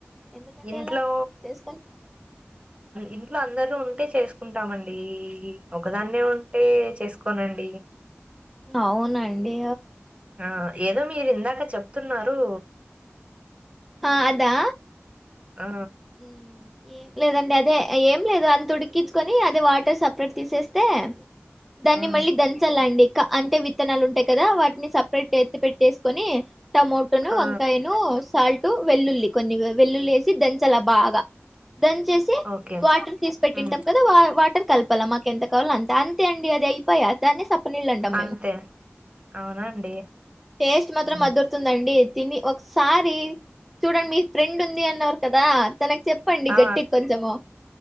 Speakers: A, in the centre; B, on the right (about 25°).
A: ఎందుకండి
B: ఇంట్లో
A: అలా చేసుకొని
B: ఇంట్లో అందరి ద ఉంటే చేసుకుంటామండి ఒకదాన్నే ఉంటే చేసుకోనండి
A: అవునండి
B: ఆ ఏదో మీరు ఇందాక చెప్తున్నారు
A: ఆ అదా
B: ఆ!
A: మ్ ఏం లేదండి అదే ఏం లేదు అంత త ఉడికించుకొని అదే వాటర్ సపరేట్ తీసేస్తే దాన్ని
B: హ్మ్.
A: మళ్ళీ దంచాలండి అంటే విత్తనాలు ఉంటాయి కదా వాటిని సపరేట్ ఎత్తి పెట్టేసుకొని టమోటోను
B: ఆ!
A: వంకాయను సాల్ట్ వెల్లుల్లి కొన్ని వెల్లుల్లి వేసి ద చాలా బాగా దన్ చేసి
B: ఓకే.
A: వాటర్ తీసి పెట్టింటాం
B: హ్మ్.
A: కదా వా వాటర్ కల్పలా మాక ఎంత కావాల అంత అంతే అండి అది అయిపయా దాన్ని సప్పనీళ్ళు అంటాం మేము
B: అంతే. అవునా అండి?
A: టేస్ట్ మాత్రం
B: హ్మ్.
A: అదురుతుందండి తిని ఒకసారి చూడండి మీ ఫ్రెండ్ ఉంది అన్న కదా తనకు చెప్పండి
B: ఆ
A: గట్టిగా కొంచెము